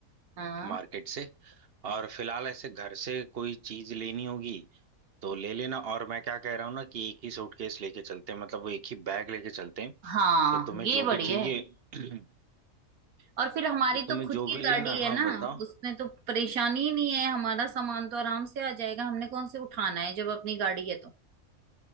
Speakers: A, on the right; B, on the right.
A: हाँ
B: मार्केट से और फिलहाल ऐसे घर से कोई चीज लेनी होगी तो ले लेना और मैं क्या कह रहा हूँ ना कि एक ही सूटकेस लेके चलते हैं मतलब वो एक ही बैग लेके चलते हैं
A: हाँ
B: तो तुम्हें
A: ये
B: जो
A: बढ़िया
B: भी चाहिए
A: है
B: <clears throat>
A: और फिर हमारी
B: तो तुम्हें
A: तो खुद
B: जो
A: की
B: भी लेना
A: गाड़ी है
B: हाँ
A: ना
B: बताओ
A: उसमें तो परेशानी ही नहीं है हमारा सामान तो आराम से आ जाएगा हमने कौन से उठाना है जब अपनी गाड़ी है तो